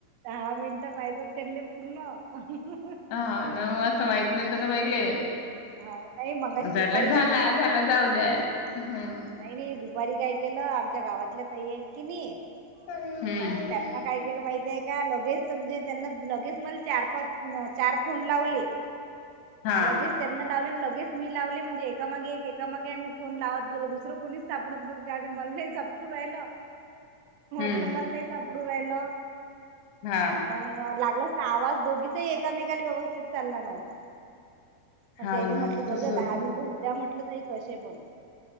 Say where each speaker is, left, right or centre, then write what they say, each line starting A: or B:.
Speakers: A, on the right; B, on the left.
A: दहा मिनिट पाहतात, त्याल्ले पूर्ण
B: ह न मग असं माहित नव्हतं न पहिले,
A: हो नाही मंगाशी
B: झालं
A: दुपारी
B: झाला
A: काय केलं
B: झाला. जाऊ द्या हम्म.
A: नाही नाही दुपारी काय केलं आमच्या गावातल्या तही आहेत की नाही
B: हम्म
A: मग त्याना काय केलं माहती आहे का लगेच म्हणजे त्यांना लगेच मला चार पाच चार फोन लावले.
B: हा
A: लगेच. त्यांना लावले आणि लगेच मी लावले म्हणजे एकामागे एक एकामागे आम्ही फोन लावत गेलो, दुसरं कोणी सापडत त्या मल नाही सपडून राहिल.
B: हम्म,
A: टल मन नाहीई सापडू राहिल.
B: हा.
A: मग लागलंच तर आवाज दोघीचही एकामेकाला व्यवस्थित चालला नव्हता. पण
B: हाव
A: त्याले
B: ना,
A: म्हटलं जाऊ
B: तसंच
A: द्या दहा
B: होतं.
A: मिनिटं होऊद्या म्हटलं ताई कसे पण.